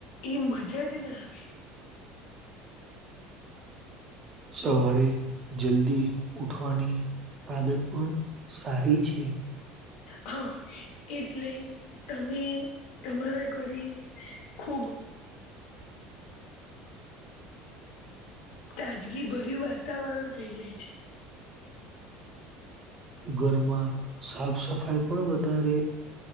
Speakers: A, on the left; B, on the right.
A: એ મજા જ ન આવે
B: સવારે જલ્દી ઉઠવાની આદત પણ સારી છે
A: હ હા એટલે તમે તમારા ઘરે ખુબ તાજગી ભર્યું વાતાવરણ થઈ જાય છે
B: ઘરમાં સાફ સફાઈ પણ વધારે